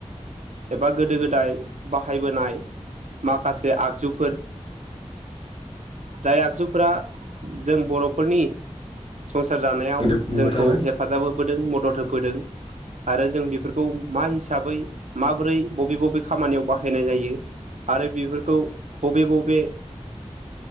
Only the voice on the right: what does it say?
एबा गोदो गोदाय बाहायबोनाय माखासे आगजुफोर जाय आगजुफोरा जों बर'फोरनि संसार जानायाव
जोंखौ
हेफाजाब होबोदों मदद होबोदों आरो जों बेफोरखौ मा हिसाबै माबोरै बबे बबे खामानियाव बाहायनाय जायो आरो बेफोरखौ बबे बबे